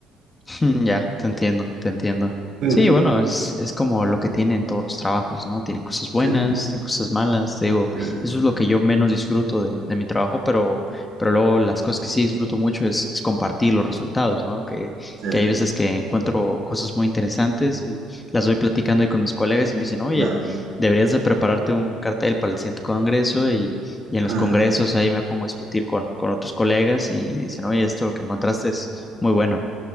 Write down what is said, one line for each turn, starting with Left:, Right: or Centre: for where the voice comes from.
Left: <laughs> Ya, te entiendo, te entiendo.
Right: Sí,
Left: Sí, bueno, es, es como lo que tienen todos los trabajos, ¿no? Tienen cosas buenas,
Right: sí,
Left: tienen cosas malas, te digo,
Right: sí,
Left: eso es lo que yo menos disfruto de, de mi trabajo, pero, pero luego las cosas que sí disfruto mucho es, es compartir los resultados, ¿no? Que,
Right: sí,
Left: que hay veces que encuentro cosas muy interesantes y las voy platicando ahí con mis colegas y me dicen, oye,
Right: ya,
Left: deberías de prepararte un cartel para el siguiente congreso y, y en los
Right: ja,
Left: congresos ahí me pongo a discutir con, con otros colegas y dicen, oye, esto lo que encontraste es muy bueno.